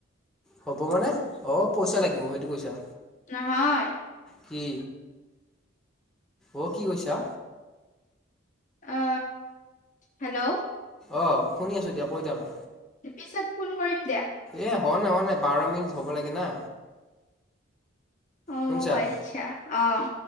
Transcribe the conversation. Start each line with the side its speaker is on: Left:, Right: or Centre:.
Centre: হ'ব মানে অঁ পইচা লাগিব সেইটো কৈছা।
Left: নহয়
Centre: কি অ কি কৈছা।
Left: অ হেল্ল'
Centre: অঁ শুনি আছোঁ দিয়া কৈ থাকা।
Left: পিছত ফোন কৰিম দিয়া
Centre: এ হোৱা নাই হোৱা নাই বাৰ মিনিট হ'ব লাগে না।
Left: অ
Centre: শুনিছা?
Left: আচ্ছা আহ